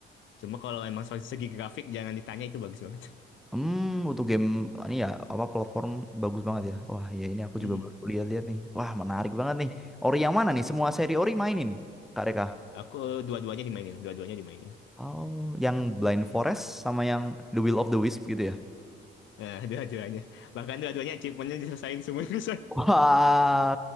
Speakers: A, on the left (about 75°); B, in the centre.
A: Cuma kalau emang soal segi grafik jangan ditanya itu bagus banget.
B: Hmm, untuk game ini ya apa platform bagus banget ya. Wah, ya ini aku
A: <laughs>
B: juga baru lihat-lihat nih. Wah, menarik banget nih. Ori yang mana nih? Semua seri Ori mainin, Kak Reka?
A: Aku eh, dua-duanya dimainin, dua-duanya dimainin.
B: Oh, yang Blind Forest sama yang The Will of the Wisp gitu ya?
A: Nah, <laughs> dua-duanya. Bahkan dua-duanya achievementnya diselesain semua itu.
B: Wah,